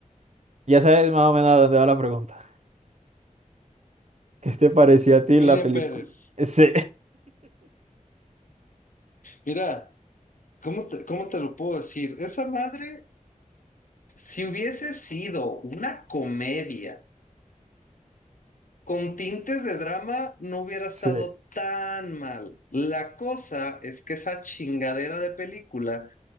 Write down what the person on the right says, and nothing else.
Ya sabes más o menos a dónde va la pregunta. <laughs> ¿Qué te pareció a ti
la película?
Sí,
<laughs> sí,